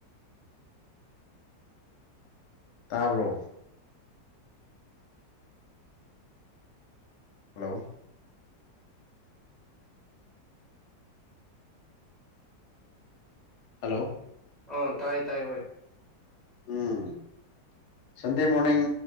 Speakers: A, on the left (about 70°); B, in the centre.
A: ꯇꯥꯕ꯭ꯔꯣ꯫ ꯍꯜꯂꯣ꯫ ꯍꯜꯂꯣ꯫
B: ꯑꯣ ꯇꯥꯏ ꯇꯥꯏ ꯍꯣꯏ꯫
A: ꯎꯝ ꯁꯟꯗꯦ ꯃꯣꯔꯅꯤꯡ